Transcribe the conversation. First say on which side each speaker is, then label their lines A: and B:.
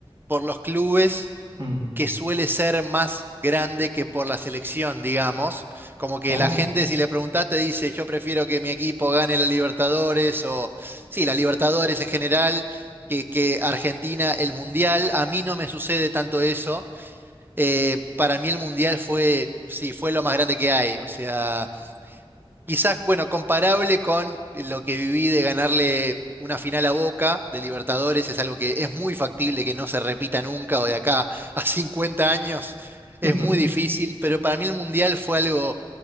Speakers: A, on the right; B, on the right.
A: por los clubes
B: Mm,
A: que suele ser más grande que por la selección, digamos. Como que
B: Oh.
A: la gente, si le preguntás, te dice, yo prefiero que mi equipo gane la Libertadores o, sí, la Libertadores en general, que, que Argentina el Mundial. A mí no me sucede tanto eso. Eh, para mí el Mundial fue, sí, fue lo más grande que hay. O sea, quizás, bueno, comparable con lo que viví de ganarle una final a Boca de Libertadores, es algo que es muy factible que no se repita nunca o de acá a <laughs> 50 años. Es
B: <laughs>
A: muy difícil, pero para mí el Mundial fue algo,